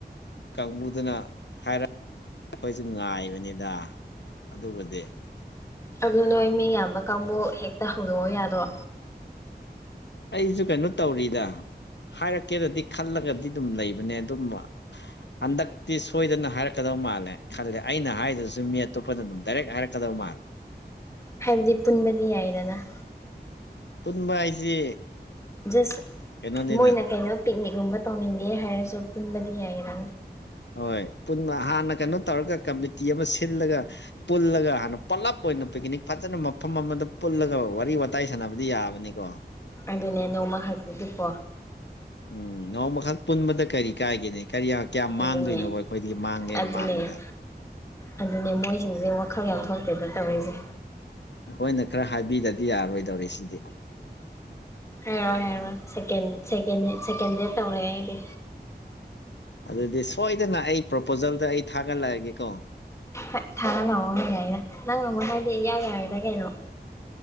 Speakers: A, on the left (about 90°); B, on the left (about 15°).
A: ꯀꯥꯡꯕꯨꯗꯨꯅ ꯍꯥꯏꯔꯛ ꯑꯩꯈꯣꯏꯁꯨ ꯉꯥꯏꯕꯅꯤꯗ ꯑꯗꯨꯕꯨꯗꯤ
B: ꯑꯗꯨ ꯅꯣꯏ ꯃꯤ ꯌꯥꯝꯕ ꯀꯥꯡꯕꯨ ꯍꯦꯛꯇ ꯍꯧꯗꯣꯛꯑꯣ ꯌꯥꯗ꯭ꯔꯣ
A: ꯑꯩꯁꯨ ꯀꯩꯅꯣ ꯇꯧꯔꯤꯗ ꯍꯥꯏꯔꯛꯀꯦꯅꯗꯤ ꯈꯜꯂꯒꯗꯤ ꯑꯗꯨꯝ ꯂꯩꯕꯅꯦ ꯑꯗꯨꯝꯕ ꯍꯟꯗꯛꯇꯤ ꯁꯣꯏꯗꯅ ꯍꯥꯏꯔꯛꯀꯗꯕ ꯃꯥꯜꯂꯦ ꯈꯜꯂꯦ ꯑꯩꯅ ꯍꯥꯏꯗꯨꯁꯨ ꯃꯤ ꯑꯇꯣꯞꯄꯅ ꯑꯗꯨꯝ ꯗꯥꯏꯔꯦꯛ ꯍꯥꯏꯔꯛꯀꯗꯕ ꯃꯥꯜ
B: ꯍꯥꯏꯕꯗꯤ ꯄꯨꯟꯕꯗꯤ ꯌꯥꯏꯗꯅ
A: ꯄꯨꯟꯕ ꯍꯥꯏꯁꯤ
B: ꯖꯁ
A: ꯀꯩꯅꯣꯅꯤꯅ
B: ꯃꯣꯏꯅ ꯀꯩꯅꯣ ꯄꯤꯛꯅꯤꯛꯒꯨꯝꯕ ꯇꯧꯅꯤꯡꯒꯦ ꯍꯥꯏꯔꯁꯨ ꯄꯨꯟꯕꯗꯤ ꯌꯥꯏꯔ
A: ꯍꯣꯏ ꯄꯨꯟꯅ ꯍꯥꯟꯅ ꯀꯩꯅꯣ ꯇꯧꯔꯒ ꯀꯃꯤꯇꯤ ꯑꯃ ꯁꯤꯜꯂꯒ ꯄꯨꯜꯂꯒ ꯍꯥꯟꯅ ꯄꯂꯞ ꯑꯣꯏꯅ ꯄꯤꯛꯅꯤꯛ ꯐꯖꯅ ꯃꯐꯝ ꯑꯃꯗ ꯄꯨꯜꯂꯒ ꯋꯥꯔꯤ ꯋꯥꯇꯥꯏ ꯁꯥꯟꯅꯕꯗꯤ ꯌꯥꯕꯅꯤꯀꯣ
B: ꯑꯗꯨꯅꯦ ꯅꯣꯡꯃ ꯍꯥꯛꯄꯗꯨꯀꯣ
A: ꯎꯝ ꯅꯣꯡꯃ ꯈꯛ ꯄꯨꯟꯕꯗ ꯀꯔꯤ ꯀꯥꯏꯒꯤꯅꯦ ꯀꯔꯤꯌ ꯀꯌꯥꯝ
B: ꯑꯗꯨꯅꯦ
A: ꯃꯥꯡꯗꯣꯏꯅꯣꯕ ꯑꯩꯈꯣꯏꯗꯒꯤ ꯃꯥꯡꯒꯦꯅ
B: ꯑꯗꯨꯅꯦ
A: ꯃꯥꯡꯕꯗ
B: ꯑꯗꯨꯅꯦ ꯃꯣꯏꯁꯤꯡꯁꯦ ꯋꯥꯈꯜ ꯌꯥꯝ ꯊꯣꯛꯇꯦꯗ ꯇꯧꯔꯤꯁꯦ
A: ꯑꯩꯈꯣꯏꯅ ꯈꯔ ꯍꯥꯏꯕꯤꯗꯗꯤ ꯌꯥꯔꯔꯣꯏꯗꯧꯔꯦ ꯁꯤꯗꯤ
B: ꯍꯥꯏꯔꯣꯏ ꯍꯥꯏꯔꯣꯏ ꯁꯦꯀꯦꯟ ꯁꯦꯀꯦꯟ ꯁꯦꯀꯦꯟ ꯗꯦꯗ ꯇꯧꯔꯦ ꯑꯩꯗꯤ
A: ꯑꯗꯨꯗꯤ ꯁꯣꯏꯗꯅ ꯑꯩ ꯄ꯭ꯔꯣꯄꯣꯖꯜꯗ ꯑꯩ ꯊꯥꯒꯠꯂꯛꯑꯒꯦꯀꯣ
B: ꯐꯥꯠ ꯊꯥꯂꯛꯑꯣ ꯍꯩ ꯌꯥꯏꯅ ꯅꯪꯅꯕꯨ ꯍꯥꯏꯗꯤ ꯏꯌꯥ ꯌꯥꯔꯦꯗ ꯀꯩꯅꯣ